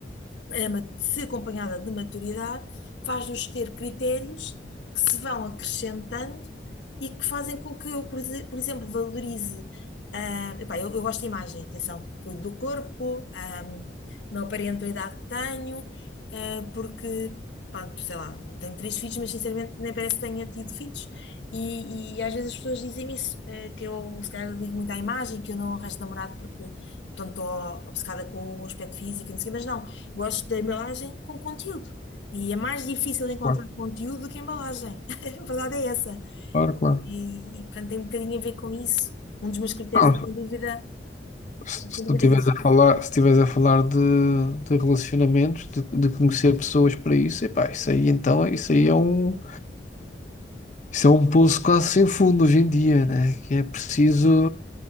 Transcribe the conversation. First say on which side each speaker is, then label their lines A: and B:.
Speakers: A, on the left; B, on the left.
A: a ma- se acompanhada de maturidade, faz-nos ter critérios que se vão acrescentando e que fazem com que eu, por exe- por exemplo, valorize. ah, epá, eu, eu gosto de imagem, atenção, cuido do corpo, ah, não aparento a idade que tenho, ah, porque, pronto, sei lá, tenho três filhos, mas sinceramente nem parece que tenha tido filhos. E, e às vezes as pessoas dizem-me isso, eh, que eu se calhar ligo muito à imagem, que eu não arranjo namorado porque portanto, estou obcecada com o aspecto físico, e não sei, mas não. Gosto da embalagem com conteúdo. E é mais difícil encontrar
B: Claro,
A: conteúdo do que embalagem. <laughs> A verdade é essa.
B: claro, claro.
A: E, e portanto, tem um bocadinho a ver com isso. Um dos meus critérios
B: Não,
A: é, sem dúvida,
B: se,
A: é sem
B: se
A: dúvida
B: tu estiveres
A: é esse.
B: a falar, se estiveres a falar de, de relacionamentos, de, de conhecer pessoas para isso, epá, isso aí então, isso aí é um, isso é um poço quase sem fundo hoje em dia, né? Que é preciso,